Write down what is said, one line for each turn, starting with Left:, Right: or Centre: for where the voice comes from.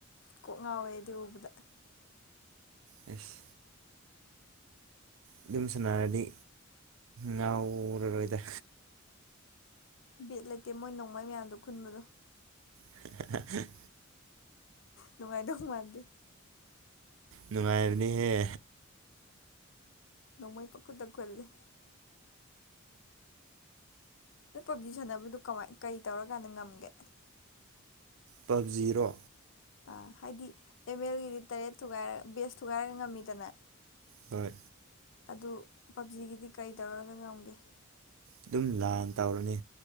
Left: ꯀꯣꯛ ꯉꯥꯎꯋꯦ ꯑꯩꯗꯤ ꯎꯕꯗ
Right: ꯑꯥꯏꯁ ꯑꯗꯨꯝ ꯁꯅꯥꯔꯗꯤ ꯉꯎꯔꯔꯣꯏꯗ
Left: ꯕꯤꯠ ꯂꯩꯇꯦ ꯃꯣꯏ ꯅꯣꯡꯃꯩ ꯃꯌꯥꯝꯗꯣ ꯈꯨꯟꯕꯗꯣ
Right: <inaudible> ꯍꯥ ꯍꯥꯥ ꯍꯥ
Left: ꯅꯨꯡꯉꯥꯏꯗꯧ ꯃꯥꯥꯟꯗꯦ
Right: ꯅꯨꯡꯉꯥꯏꯕꯅꯦꯍꯦ
Left: ꯅꯣꯡꯃꯩ ꯄꯈꯨꯟꯗ ꯈꯨꯜꯂꯤ ꯅꯣꯏ ꯄꯞꯖꯤ ꯁꯥꯟꯅꯕꯗꯨ ꯀꯃꯥꯏ ꯀꯔꯤ ꯇꯧꯔꯀꯥꯟꯗ ꯉꯝꯒꯦ
Right: ꯄꯞꯖꯤꯔꯣ
Left: ꯑ ꯍꯥꯏꯗꯤ ꯑꯦꯝ ꯑꯦꯜꯒꯤꯗꯤ ꯇꯔꯦꯠ ꯊꯨꯒꯥꯏꯔ ꯕꯦꯁ ꯊꯨꯒꯥꯏꯔꯒ ꯉꯝꯃꯤꯗꯅ
Right: ꯍꯣꯏ
Left: ꯑꯗꯨ ꯄꯞꯖꯤꯒꯤꯗꯤ ꯀꯩ ꯇꯧꯔꯒ ꯉꯝꯒꯦ
Right: ꯑꯗꯨꯝ ꯂꯥꯟ ꯇꯧꯔꯅꯤ